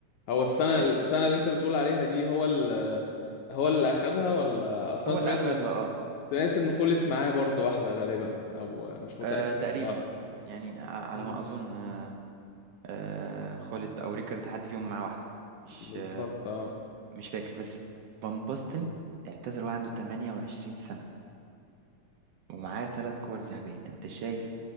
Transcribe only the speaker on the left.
هو السنه
السنه اللي انت بتقول عليها دي هو ال... هو اللي اخدها ولا اصلا
سمعت
سمعت انه خلف معاه برضه واحده غالبا او مش متاكد
بصراحه
امم
بالظبط
اه